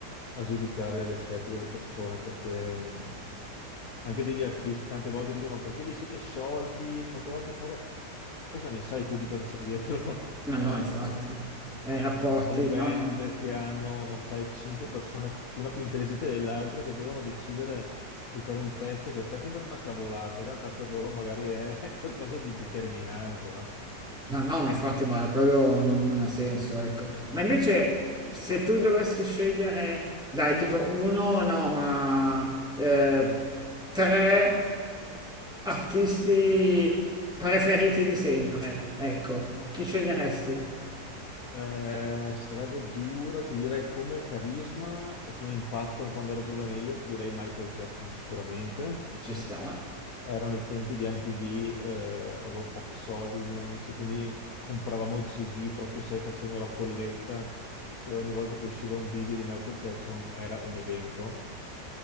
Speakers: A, on the left; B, in the centre.
A: a giudicare le scelte delle persone perché mh, anche degli artisti tante volte dicono ma perché vi siete sciolti? Potevate fare... Cosa ne sai tu di cosa c'è dietro? <laughs>
B: ma
A: eh,
B: no, infatti, ai rapporti,
A: delle band
B: no, no.
A: che hanno, sai, cinque persone, una più intelligente dell'altra, che devono decidere di fare un testo che a te sembra una cavolata, in realtà per loro magari è <laughs> qualcosa di determinante, no?
B: No, no, ma infatti, ma quello non, non ha senso, ecco. Ma invece, se tu dovessi scegliere, dai, dico uno, no, ma eh, tre artisti preferiti di sempre, ecco, chi sceglieresti?
A: Eh, sarebbe dura, ti direi come carisma e come impatto quando ero giovane io, ti direi Michael Jackson sicuramente.
B: Ci sta?
A: Erano i tempi di MTV, eh, avevo pochi soldi con i miei amici, quindi compravamo il CD proprio, sai, facendo la colletta e ogni volta che usciva un video di Michael Jackson era un evento